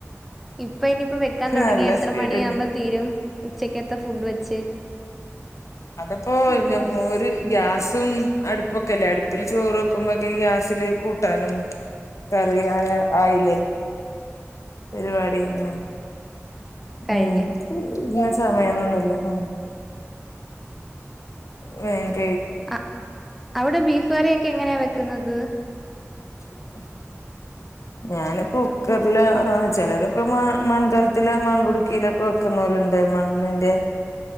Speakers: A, in the centre; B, on the left.
A: ഇപ്പൊ ഇനിയിപ്പോ വെക്കാൻ തുടങ്ങിയ
B: നല്ല
A: എത്ര
B: സ്പീഡില്ല
A: മണിവുമ്പോ തീരും ഉച്ചക്കത്ത ഫുഡ് വെച്ച്
B: അതിപ്പോ ഞ ഒരു ഗ്യാസും അടുപ്പൊക്കെല്ലേ അടുപ്പില് ചോറ് വെക്കുമ്പോക്ക ഗ്യാസില് കൂട്ടാനും കറിയ ആ ആയില്ലേ പരിപാടി എന്നന്നെ
A: കഴിഞ്ഞ്
B: ഉം <unintelligible> സമയൊന്നൊന്നില്ല ഉം വേ
A: അ അവിടെ ബീഫുകറിയൊക്കെ എങ്ങനെയ വെക് ക്കുന്നത്
B: <inaudible> ഞൻ കുക്കറില് ആ ചിലരൊക്കെ മൺകാലത്തില് മൺകുടുക്കിയിലൊക്കെ വെക്കുന്ന പോലുണ്ട് മണ്ണിന്റെ